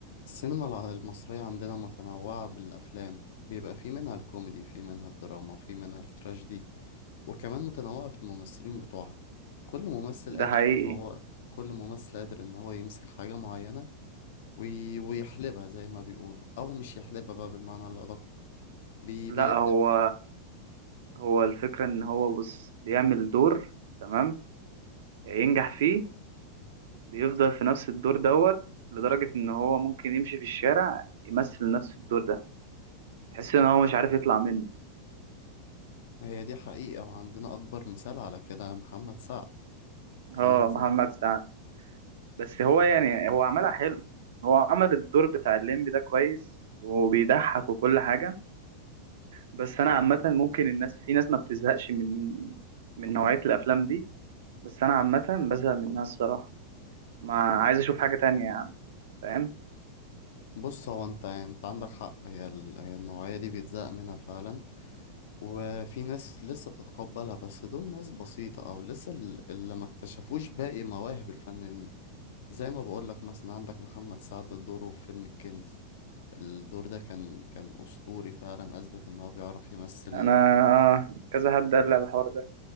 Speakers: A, on the left; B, on the right.
A: السينما الع- المصرية عندنا متنوعة بالأفلام بيبقى في منها الكوميدي في منها الدراما في منها التراجيدي وكمان متنوعة في الممثلين بتوعها كل ممثل
B: ده
A: قادر
B: حقيقي
A: إن هو كل ممثل قادر إن هو يمسك حاجة معينة وي... ويحلبها زي ما بيقولوا أو مش يحلبها بقى بالمعنى الأدق بي...
B: لا
A: بيبدع
B: هو
A: فيها
B: هو الفكرة ان هو بص بيعمل دور تمام ينجح فيه بيفضل في نفس الدور دوت لدرجة ان هو ممكن يمشي في الشارع يمثل نفس الدور ده تحس ان هو مش عارف يطلع منه
A: هي دي حقيقة وعندنا أكبر مثال على كده محمد سعد محمد
B: اه محمد سعد بس هو يعني هو عملها حلو هو عمل الدور بتاع الليمبي ده كويس وبيضحك وكل حاجة بس انا عامة ممكن الناس في ناس ما بتزهقش من من نوعية الافلام دي بس انا عامة بزهق منها الصراحة ما عايز اشوف حاجة تانية يا عم فاهم
A: بص هو أنت أنت عندك حق هي, ال... هي النوعية دي بيتزهق منها فعلا وفي ناس لسه بتتقبلها بس دول ناس بسيطة أو لسه ال- اللي ما اكتشفوش باقي مواهب الفنانين زي ما بقولك مثلا عندك محمد سعد دوره في فيلم الكنز الدور ده كان كان أسطوري فعلا أثبت إن هو بيعرف يمثل
B: انا اه كذا حد قال لي على الحوار ده